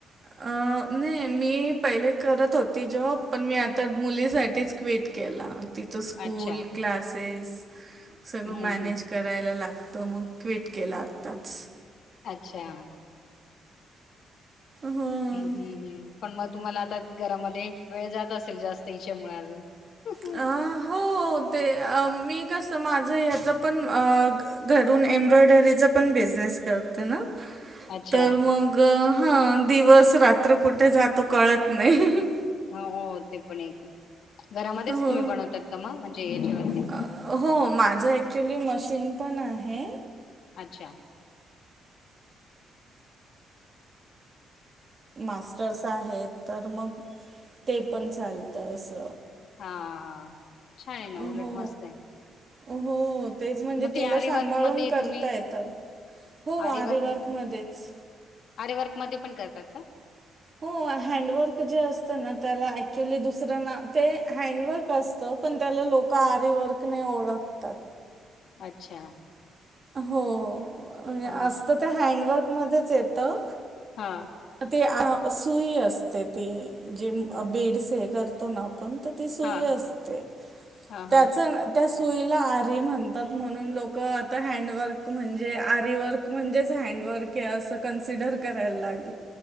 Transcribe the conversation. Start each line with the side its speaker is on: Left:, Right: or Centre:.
Right: अ नाही मी- पहिले करत होती जॉब, पण मी आता मुलीसाठीच क्विट केला. तिच स्कूल,
Left: अच्छा
Right: क्लासेस, सगळं
Left: हम्म
Right: मॅनेज
Left: हम्म
Right: करायला लागत. तो मग ट्विट केला आताच.
Left: अच्छा.
Right: हो
Left: हम्म, हम्म, हम्, पण मग तुम्हाला आता घरामध्ये वेळ जात असेल, जास्त इच्यामुळे अजून- हम्
Right: अ हो
Left: <unintelligible>
Right: ते मी कसं माझं याचं पण घरून एम्ब्रॉयडरीचा पण बिझनेस करते ना,
Left: अच्छा
Right: तर मग हा दिवस रात्र कुठ जातो कळत नाही.
Left: हा हो ते पण एक- घरामध्येच
Right: हो
Left: तुम्ही बनवतात का म? म्हणजे याच्यावरती
Right: अ, हो माझं ॲक्च्युली मशीन पण आहे,
Left: अच्छा.
Right: मास्टर्स आहेत, तर मग ते पण चालत अस
Left: हा, हा, हा, छान आहे ना, उलट
Right: हो
Left: मस्त आहे.
Right: हो. तेच म्हणजे
Left: मग ते
Right: तिला
Left: आरी
Right: सांभाळून
Left: वर्क मध्ये
Right: करता
Left: तुम्ही
Right: येत हो आरीवर्क
Left: आरी वर्क मध्ये
Right: मध्येच
Left: आरी वर्क मध्ये पण करतात का?
Right: हो हँडवर्क जे असत ना त्याला एक्च्युली दुसरं ना ते हँडवर्क असत पण त्याला लोक आरीवर्क ओळखतात.
Left: अच्छा
Right: हो म्हणजे
Left: ह
Right: असत ते हँडवर्क मध्येच येतं
Left: हा
Right: ती अ सुई असते ती जे
Left: हा
Right: बीड स हे करते. तो ना फक्त सुई
Left: हा
Right: असते
Left: हा
Right: त्याच
Left: हा
Right: त्या सुई सुईला आरी म्हणतात म्हणून लोक आता हँडवर्क म्हणजे आरी वर्क म्हणजेच हँडवर्क आहे असं कन्सिडर करायला लागले.